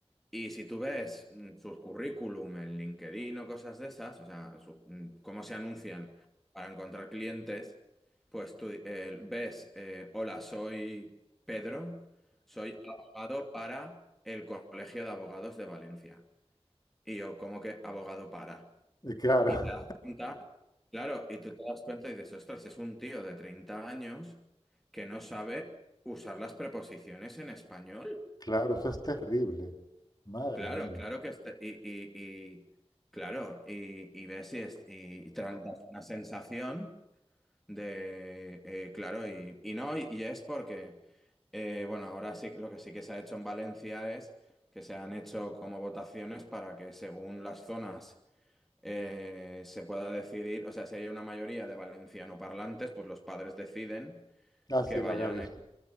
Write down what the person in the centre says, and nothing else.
y si tú ves mm, sus currículum en LinkedIn o cosas de esas, o sea, su- mm, cómo se anuncian para encontrar clientes, pues tú eh, ves, eh, hola, soy Pedro, soy abogado para el Colegio de Abogados de Valencia. Y yo, cómo que abogado para?
Y te das cuenta, claro, y tú te das cuenta y dices, ostras, es un tío de 30 años que no sabe usar las preposiciones en español.
Claro,
claro que este- y, y, y- claro, y, y ves y, es- y, y te dan- una sensación de, eh, claro, y, y no, y, y es porque, eh, bueno, ahora sí, que- lo que sí que se ha hecho en Valencia es que se han hecho como votaciones para que según las zonas eh, se pueda decidir, o sea, si hay una mayoría de valenciano parlantes, pues los padres deciden
que
vayan,
a-